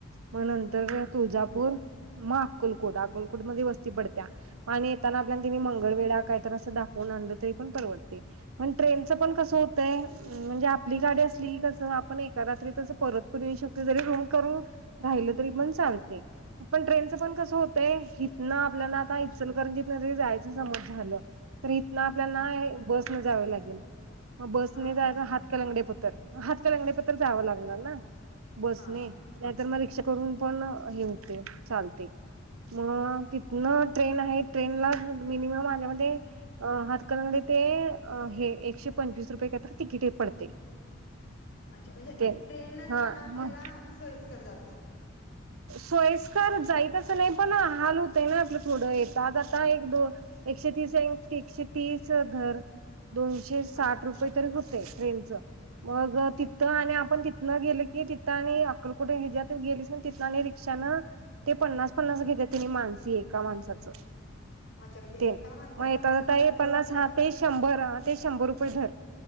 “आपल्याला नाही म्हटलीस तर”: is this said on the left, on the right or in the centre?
Left